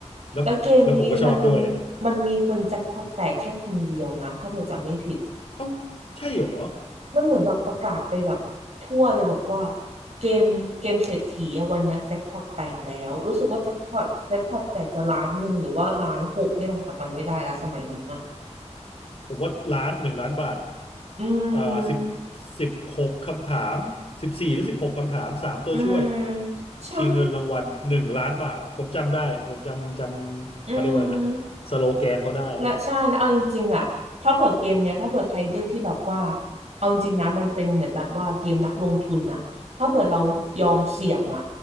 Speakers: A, on the left; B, on the right.
A: แล้วแล้วผมก็ชอบด้วย
B: แล้วเกมนี้มันมันมีคนแจ็คพอตแตกแค่คนเดียวนะถ้าเผื่อจำไม่ผิด
A: เอ้าใช่เหรอ
B: มันเหมือนแบบประกาศไปแบบทั่วเลยบอกว่าเกมเกมเศรษฐีอะวันเนี้ยแจ็คพอตแตกแล้ว รู้สึกว่าแจ็คพอตแจ็คพอตแตกจะล้านหนึ่งหรือว่าล้านหกเนี่ยแหละค่ะจำไม่ได้แล้วสมัยนั้นอะ
A: ผมว่าล้านหนึ่งล้านบาท
B: อื
A: เอ่อสิบ
B: ม
A: สิบหกคำถามสิบสี่หรือสิบหกคำถามสามตัวช่วย
B: อืมใช่
A: ชิงเงินรางวัลหนึ่งล้านบาทผมจำได้ผมจำจำเขาเรียกว่าอะไรนะสโลแกนเขาได้
B: อืมและใช่แล้วเอาจริงๆอ่ะถ้าเผื่อเกมเนี้ยถ้าเผื่อใครเลือกที่แบบว่าเอาจริงๆนะมันเป็นเหมือนแบบว่าเกมนักลงทุนน่ะถ้าเผื่อเรายอมเสี่ยงอ่ะ